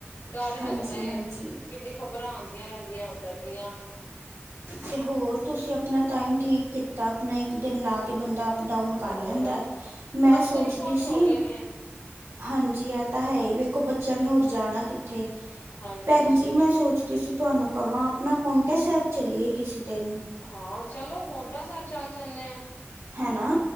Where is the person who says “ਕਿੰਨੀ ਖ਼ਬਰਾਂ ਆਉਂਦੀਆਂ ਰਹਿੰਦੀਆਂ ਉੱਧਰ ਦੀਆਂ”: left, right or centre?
Left